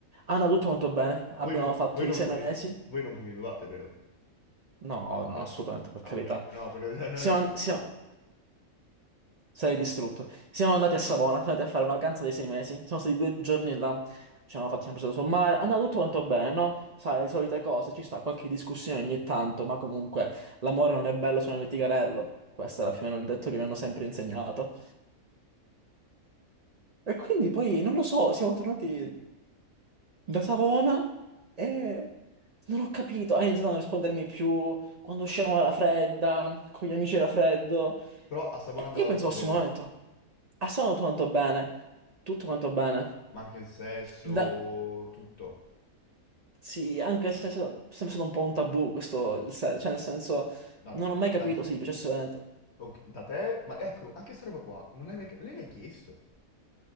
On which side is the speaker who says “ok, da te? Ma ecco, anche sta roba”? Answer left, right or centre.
Left